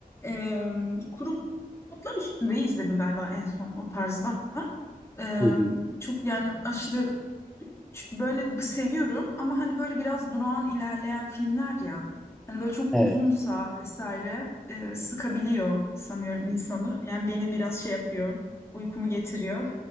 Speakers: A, on the left; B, in the centre.
A: ee, Kuru Otlar Üstünde'yi izledim galiba en son o tarzda Ee,
B: Hı hı.
A: çok yani aşırı çünkü böyle b- seviyorum ama hani böyle biraz durağan ilerleyen filmler ya. Hani böyle çok
B: Evet.
A: uzunsa vesaire e, sıkabiliyor sanıyorum insanı. Yani beni biraz şey yapıyor, uykumu getiriyor.